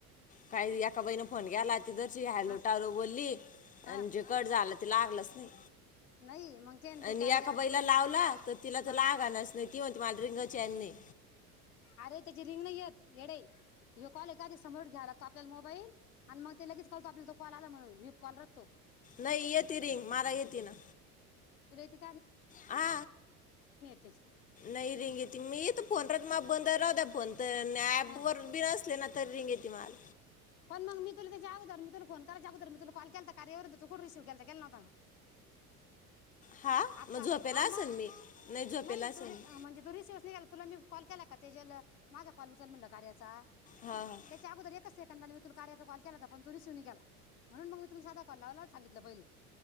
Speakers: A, on the left (about 20°); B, on the left (about 70°).
A: काही एका बईण फोन घ्याला. तिरची हलोटावर
B: हा
A: बोलली
B: हा
A: आणि जे कड झालं ते लागलंच नाही.
B: नाही मग ते ते
A: आणि
B: कारे
A: एका बाईला
B: अड
A: लावला तर तिला तर
B: हा
A: लागानच नाही ती म्हणते मला रिंगाची आणि नाही
B: अरे त्याची रिंग नाही येत येडे हे कॉल एखाद समोर घ्यावा लागतो आपल्याला मोबाईल आणि मग ते लगेच कळतो आपला तो कॉल आला म्हण व्हीप कॉल रतो.
A: नाही येति रिंग मारा घेत ना.
B: प्रती
A: ह
B: त्याची
A: नाही रिंग त मीेत पनात मा बंद रा तर ऍप
B: हा
A: वर बिर असले ना तर रिंग इततेमल
B: पण मग मी तुला त्याच्या अगोदर मी तुला फोन करायच्या अगोदर मी तुला कॉल केलता कार्यावरून तू कोण रिसीव्ह केता के नाव
A: हा
B: आता
A: मग झोपेला
B: हा
A: असेल
B: मग
A: मी झोपेला
B: नाही
A: असेल
B: तु
A: मी
B: म्हणजे दोन्स दिवस निघाला तुला मी कॉल केला. का तेजल माझा कॉल उचल म्हणला कार्याचा
A: हा हा
B: त्याच्या अगोदर एकच. मी तू कार्याचा कॉ केला हो पण तू रिसिनी केला म्हून मी तुला साधा कॉल लावला सांगितलं पहिले.